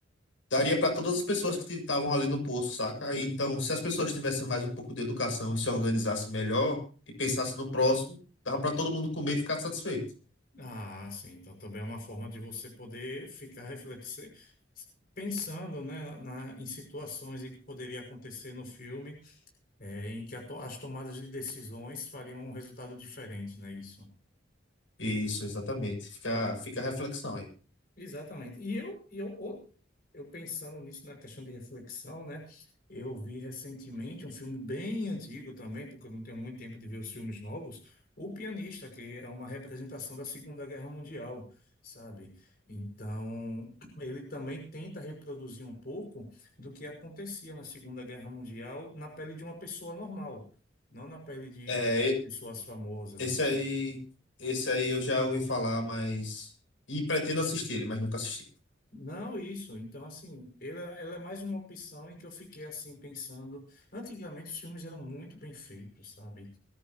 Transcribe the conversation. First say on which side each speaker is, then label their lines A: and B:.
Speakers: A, on the left (about 90°); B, on the left (about 50°).
A: daria para todas as pessoas que estavam ali no poço, saca? E Então, se as pessoas tivessem mais um pouco de educação e se organizassem melhor e pensassem no próximo, dava para todo mundo comer e ficar satisfeito.
B: Ah, sim. Então também é uma forma de você poder ficar reflexi pensando, né, na, na- em situações em que poderia acontecer no filme, é, em que a to- as tomadas de decisões fariam um resultado diferente, né? Isso.
A: Isso, exatamente. Fica, fica a reflexão aí.
B: Exatamente. E eu, e eu, o- eu pensando nisso na questão de reflexão, né? Eu vi recentemente um filme bem antigo também, porque eu não tenho muito tempo de ver os filmes novos, O Pianista, que é uma representação da Segunda Guerra Mundial, sabe? Então, <clears throat> ele também tenta reproduzir um pouco do que acontecia na Segunda Guerra Mundial na pele de uma pessoa normal, não na pele de
A: É,
B: pessoas famosas,
A: Esse
B: entende?
A: aí, esse aí eu já ouvi falar, mas. E pretendo assistir mas nunca assisti.
B: Não, isso. Então, assim, ela, ela é mais uma opção em que eu fiquei assim pensando. Antigamente os filmes eram muito bem feitos, sabe?